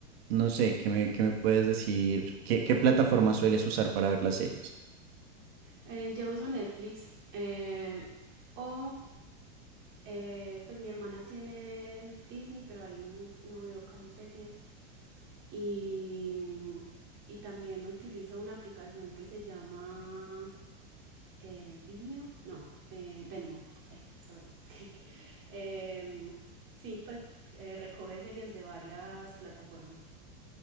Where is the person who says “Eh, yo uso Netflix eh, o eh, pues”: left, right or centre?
Right